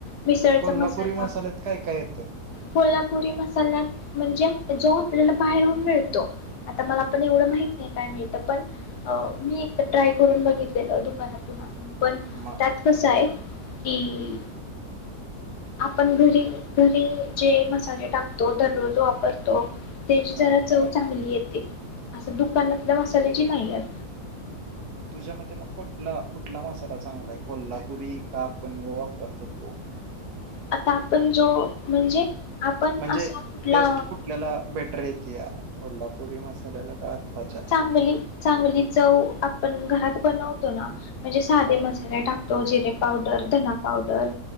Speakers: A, on the left; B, on the right.
A: मिसळचा
B: कोल्हापुरी
A: मसाला
B: मसाल्यात काय काय येतं
A: कोल्हा पूरी म चलात म्हणजे जो आपल्याला बाहेरून मिळतो. आता मला पण एवढं माहित नाही. काय मिळतं? पण मी एकदा ट्राय करून बघितलेलं दुकानातून आणुन पण
B: मग
A: त्यात कसाय कि आपण घरी घरी जे मसाले टाकतो दररोज वापरतो तेची
B: हा
A: जरा चव येते अस दुकानातल्या मसाल्याची नाही येत.
B: तुझ्या मते मग कुठला कुठला मसाला चांगला आहे? कोल्हापुरी का आपण जो वापरतो तो?
A: आता आपण जो म्हणजे आपण
B: म्हणजे
A: असा कुठला
B: टेस्ट कुठल्याला बेटर येतीया? कोल्हापुरी मसाल्याला का आत्ताच्या
A: चांगली चांगली चव आपण घरात बनवतो ना म्हणजे साधे
B: हा
A: मसाले टाकतो जेने पावडर, धना पावडर